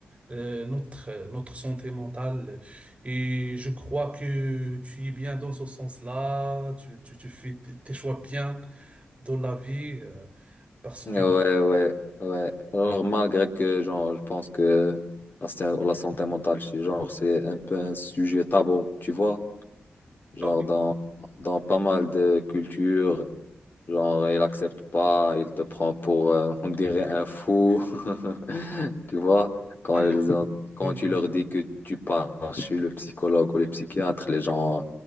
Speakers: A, on the right (about 30°); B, on the left (about 50°).
A: euh, notre, euh, notre santé mentale. Et je crois que tu es bien dans ce sens-là, tu, tu, tu fais tes tes choix bien dans la vie, euh, parce
B: Ouais,
A: que...
B: ouais, ouais. Alors, malgré que, genre, je pense que la, sa- la santé mentale, c'est genre, c'est un peu un sujet tabou, tu vois? Genre,
A: Ah oui,
B: dans, dans pas mal de cultures, genre, il accepte pas, il te prend pour, euh, on dirait, un fou, <laughs> tu vois? Quand
A: ah
B: ils ont, quand
A: oui,
B: tu leur
A: oui,
B: dis que tu pars chez le psychologue ou le psychiatre, les gens